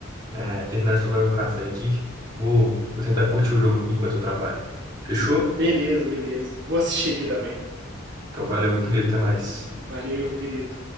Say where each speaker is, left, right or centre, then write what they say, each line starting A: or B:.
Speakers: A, on the right; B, on the right.
A: é, terminar de tomar meu café aqui. Vou, vou tentar curtir o jogo aqui enquanto eu trabalho. Fechou?
B: Beleza, beleza. Eu vou assistir aqui também.
A: Então, valeu, meu querido. Até mais.
B: Valeu, meu querido.